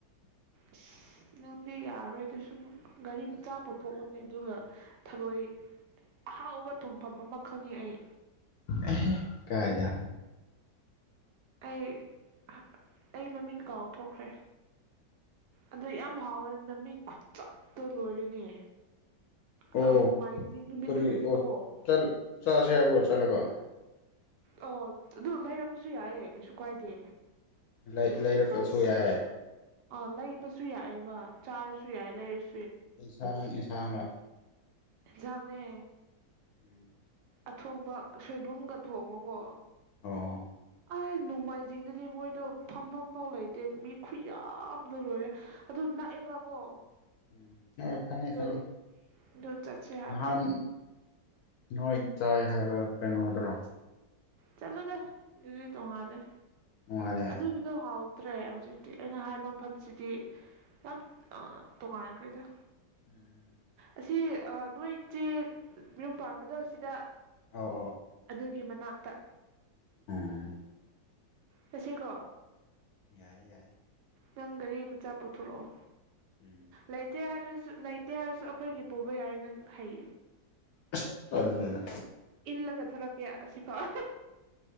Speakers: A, on the right (about 70°); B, on the left (about 70°).
A: ꯏꯁ ꯅꯪꯗꯤ ꯌꯥꯔꯣꯏ ꯗꯨꯁꯨ ꯑꯃꯨꯛ ꯒꯥꯔꯤ ꯃꯆꯥ ꯄꯨꯊꯣꯛꯑꯣꯅꯦ ꯑꯗꯨꯒ ꯊꯔꯣꯏ ꯑꯍꯥꯎꯕ ꯊꯣꯡꯐꯝ ꯑꯃ ꯈꯪꯉꯤ ꯑꯩ
B: ꯑꯦꯍꯦ ꯀꯥꯢꯗ
A: ꯑꯩ ꯑꯍꯥ ꯑꯩ ꯃꯃꯤꯡ ꯀꯥꯎꯊꯣꯛꯈ꯭ꯔꯦ ꯑꯗꯣ ꯌꯥꯝ ꯍꯥꯎꯋꯦ ꯃꯃꯤꯡ ꯈꯨꯠꯆꯥꯠꯇꯣ ꯂꯣꯏꯔꯦꯅꯦ ꯑ
B: ꯑꯣ
A: ꯅꯣꯡꯃꯥꯏꯖꯤꯡ ꯅꯨꯃꯤꯠꯇꯒꯗꯤꯀꯣ
B: ꯀꯔꯤ ꯑꯣ ꯆꯜ ꯆꯥꯁꯦ ꯍꯥꯏꯕ꯭ꯔꯣ ꯆꯠꯂꯒ
A: ꯑꯣ ꯑꯗꯨ ꯂꯩꯔꯛꯄꯁꯨ ꯌꯥꯏꯌꯦ ꯀꯩꯁꯨ ꯀꯥꯏꯗꯦ
B: ꯂꯩ ꯂꯩꯔꯛꯑꯁꯨ
A: ꯑꯁ
B: ꯌꯥꯏ
A: ꯑ ꯂꯩꯕꯁꯨ ꯌꯥꯏꯑꯦꯕ ꯆꯥꯔꯁꯨ ꯌꯥꯏ ꯂꯩꯔꯁꯨ
B: ꯏꯟꯁꯥꯡ ꯏꯟꯁꯥꯡꯔ
A: ꯍꯦꯟꯖꯥꯡꯅꯦ
B: ꯎꯝ
A: ꯑꯊꯣꯡꯕ ꯁꯣꯏꯕꯨꯝꯒ ꯊꯣꯡꯕꯀꯣ
B: ꯍꯜꯂꯣ
A: ꯑꯩ ꯅꯣꯡꯃꯥꯏꯖꯤꯡꯗꯗꯤ ꯃꯣꯏꯗꯣ ꯐꯝꯐꯝꯐꯥꯎ ꯂꯩꯇꯦ ꯃꯤ ꯈꯨꯌꯥꯝꯗꯣ ꯂꯣꯏꯔꯦ ꯑꯗꯨ ꯅꯛꯑꯦꯕꯀꯣ
B: ꯎꯝ ꯑ ꯈꯪꯉꯦ
A: ꯑꯗꯨ
B: ꯈꯪꯉꯦ
A: ꯑꯗꯨ ꯆꯠꯁꯦ ꯍꯥꯏꯕ
B: ꯅꯍꯥꯟ ꯅꯣꯏ ꯆꯥꯏ ꯍꯥꯏꯕ ꯀꯩꯅꯣꯗ꯭ꯔꯣ
A: ꯆꯠꯂꯨꯗ ꯑꯗꯨꯗꯤ ꯇꯣꯡꯉꯥꯜꯂꯦ
B: ꯅꯣꯡꯉꯥꯜꯂꯦ
A: ꯑꯗꯨꯒꯤꯗꯣ ꯍꯥꯎ ꯇ꯭ꯔꯦ ꯍꯧꯖꯤꯛꯇꯤ ꯑꯩꯅ ꯍꯥꯏꯕ ꯃꯐꯝꯁꯤꯗꯤ ꯌꯥꯝ ꯑꯥ ꯇꯣꯉꯥꯟꯅꯈ꯭ꯔꯦꯗ
B: ꯎꯝ
A: ꯑꯁꯤꯖꯦ ꯑꯥ ꯅꯣꯏ ꯆꯦ ꯃꯌꯨꯝ ꯄꯥꯟꯕꯗꯣ ꯑꯁꯤꯗ
B: ꯑꯧ
A: ꯑꯗꯨꯒꯤ ꯃꯅꯥꯛꯇ
B: ꯑꯣ
A: ꯆꯠꯁꯤ ꯀꯣ
B: ꯌꯥꯏ ꯌꯥꯏ
A: ꯅꯪ ꯒꯥꯔꯤ ꯃꯆꯥ ꯄꯨꯊꯣꯔꯛꯑꯣ
B: ꯎꯝ
A: ꯂꯩꯇꯦ ꯍꯥꯏꯗ꯭ꯔꯁꯨ ꯂꯩꯇꯦ ꯍꯥꯏꯔꯁꯨ ꯑꯩꯈꯣꯏꯒꯤ ꯄꯨꯕ ꯌꯥꯏ ꯅꯪ ꯍꯩ
B: ꯑꯁ ꯇꯜꯂꯦꯗ
A: ꯏꯜꯂꯒ ꯊꯣꯔꯛꯀꯦ ꯑꯁꯤꯐꯥꯎ